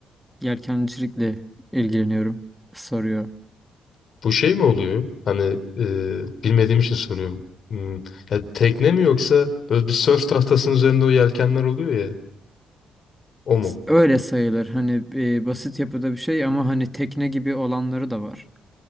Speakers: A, in the centre; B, on the left.
A: yelkencilikle ilgileniyorum soruyor.
B: Bu şey mi oluyor? Hani e, bilmediğim için soruyorum. Hmm, ya tekne mi yoksa böyle bir sörf tahtasının üzerinde o yelkenler oluyor ya. O mu?
A: S- Öyle sayılır hani e, basit yapıda bir şey ama hani tekne gibi olanları da var.